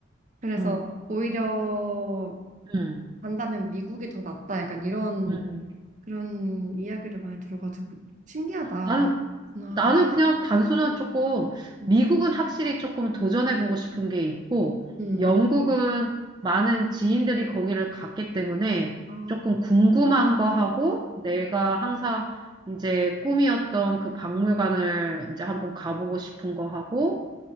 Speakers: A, on the right; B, on the right.
A: 그래서
B: 좀,
A: 오히려
B: 응,
A: 간다면 미국이 더 낫다 약간 이런
B: 응.
A: 그런 이야기를 많이 들어가지고 신기하다.
B: 나는
A: 나,
B: 나는 그냥 단순한 조금,
A: 음,
B: 미국은 확실히 조금 도전해보고 싶은 게 있고,
A: 음.
B: 영국은 많은 지인들이 거기를 갔기 때문에
A: 아,
B: 조금 궁금한 거 하고, 내가 항상 이제 꿈이었던 그 박물관을 이제 한번 가보고 싶은 거 하고,